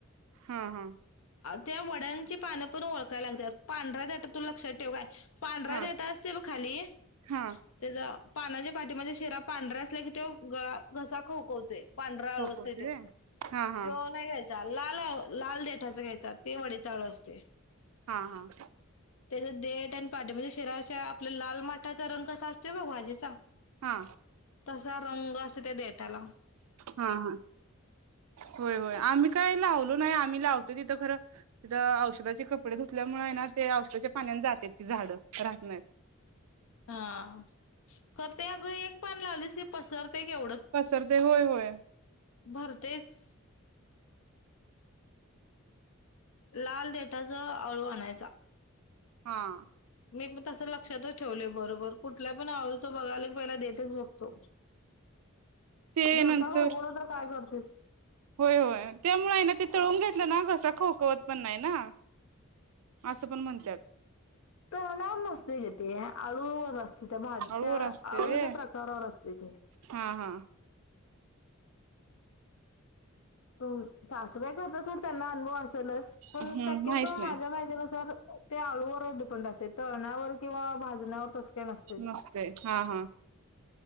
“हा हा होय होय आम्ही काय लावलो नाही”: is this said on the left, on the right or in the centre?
Right